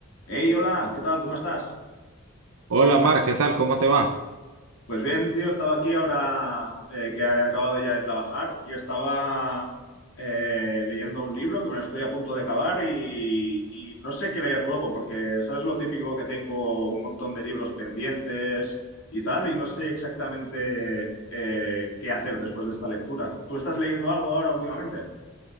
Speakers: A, on the left; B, on the right.
A: Hey, hola, ¿qué tal? ¿Cómo estás?
B: Hola Mar, ¿qué tal? ¿Cómo te va?
A: Pues bien, tío, estaba aquí ahora eh, que he acabado ya de trabajar y estaba eh, leyendo un libro que me lo estoy a punto de acabar y, y no sé qué leer luego porque, ¿sabes lo típico que tengo un montón de libros pendientes y tal? Y no sé exactamente eh, qué hacer después de esta lectura. ¿Tú estás leyendo algo ahora últimamente?